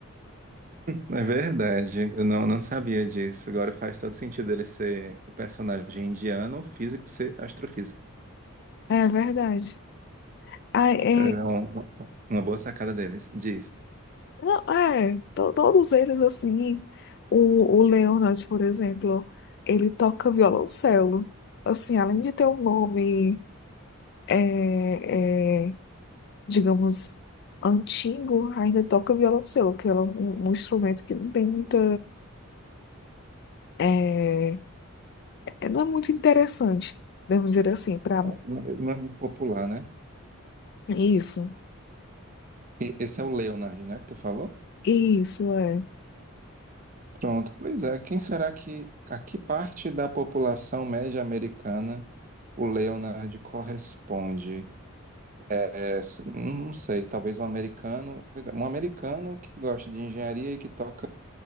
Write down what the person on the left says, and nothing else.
É verdade. Ah, é,
não, é, to- todos eles, assim, o, o Leonard, por exemplo, ele toca violoncelo. Assim, além de ter um nome, é, é, digamos, antigo, ainda toca violoncelo, que é um, um instrumento que não tem muita, é, é- não é muito interessante, devemos dizer assim, para
isso,
isso, é. O